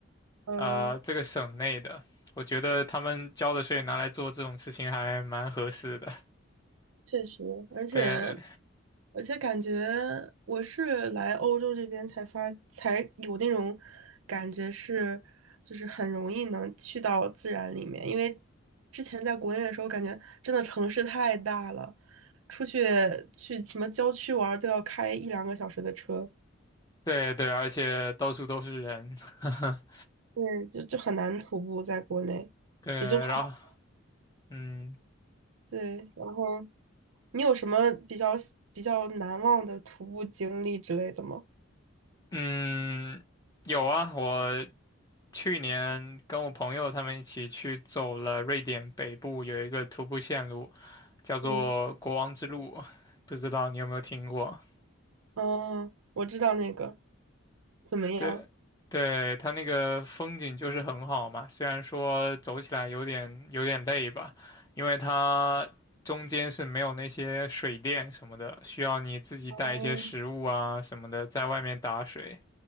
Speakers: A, on the right (about 80°); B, on the left (about 15°).
A: 嗯，
B: 呃，这个省内的，我觉得他们交的税拿来做这种事情还蛮合适的。
A: 确实，而且
B: 对，
A: 而且感觉我是来欧洲这边才发才有那种感觉是，就是很容易能去到自然里面，因为之前在国内的时候，感觉真的城市太大了，出去去什么郊区玩儿都要开一两个小时的车，
B: 对对，而且到处都是人。<laughs>
A: 对，就就很难徒步在国内。
B: 对，
A: 也就跑。
B: 然后嗯
A: 对，然后你有什么比较比较难忘的徒步经历之类的吗？
B: 嗯，有啊，我去年跟我朋友他们一起去走了瑞典北部有一个徒步线路，叫做国王之路，
A: 嗯，
B: 不知道你有没有听过？
A: 嗯，我知道那个怎么样？
B: 对，对，它那个风景就是很好嘛，虽然说走起来有点有点累吧，因为它中间是没有那些水电什么的，需要你自己带一些食物啊什么的，
A: 哦
B: 在外面打水。